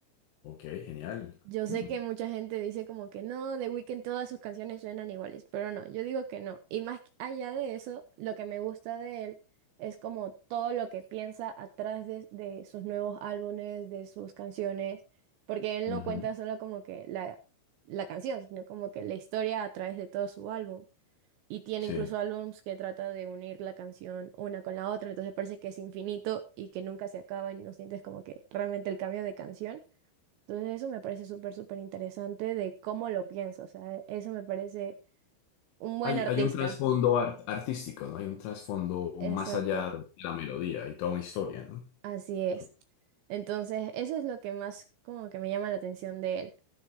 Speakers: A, on the left; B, on the right.
A: Ok, genial.
B: Yo sé
A: Mm,
B: que mucha gente dice como que no, The Weeknd todas sus canciones suenan iguales, pero no, yo digo que no. Y más que- allá de eso, lo que me gusta de él es como todo lo que piensa atrás de, de sus nuevos álbumes, de sus canciones, porque él
A: Ujú,
B: no cuenta solo como que la, la canción, sino como que la historia a través de todo su álbum. Y tiene
A: Sí.
B: incluso álbums que trata de unir la canción una con la otra, entonces parece que es infinito y que nunca se acaba y no sientes como que realmente el cambio de canción. Entonces eso me parece súper, súper interesante de cómo lo piensa. O sea, eso me parece un buen
A: Hay,
B: artista.
A: hay un trasfondo art- artístico, ¿no? Hay un trasfondo
B: Exacto,
A: más allá de la melodía y toda una historia, ¿no?
B: así es.
A: su-
B: Entonces eso es lo que más como que me llama la atención de él.